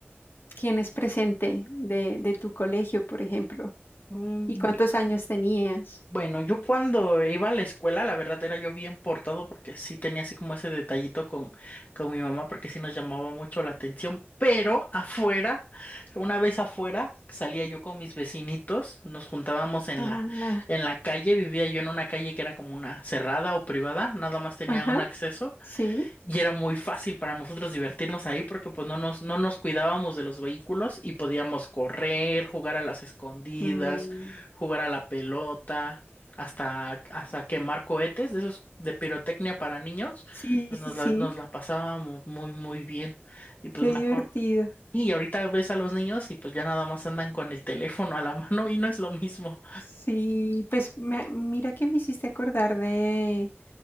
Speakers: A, on the left; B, on the left.
A: tienes presente de, de tu colegio, por ejemplo.
B: Mm,
A: ¿Y cuántos años tenías?
B: Bueno, yo cuando iba a la escuela, la verdad era yo bien portado porque sí tenía así como ese detallito con, con mi mamá porque sí nos llamaba mucho la atención, pero afuera, una vez afuera, salía yo con mis vecinitos, nos juntábamos en
A: Ah,
B: la, en la calle, vivía yo en una calle que era como una cerrada o privada, nada más tenía
A: ajá,
B: un acceso.
A: sí.
B: Y era muy fácil para nosotros divertirnos ahí porque pues no nos, no nos cuidábamos de los vehículos y podíamos correr, jugar a las escondidas,
A: Mm.
B: jugar a la pelota, hasta, hasta quemar cohetes de esos de pirotecnia para niños.
A: Sí,
B: pues,
A: sí,
B: Nos la,
A: sí,
B: nos la pasábamos muy, muy bien. Y pues
A: qué
B: me
A: divertido.
B: acuerdo. Y ahorita ves a los niños y pues ya nada más andan con el teléfono a la <laughs> mano y no es lo mismo.
A: Sí, pues me- mira que me hiciste acordar de,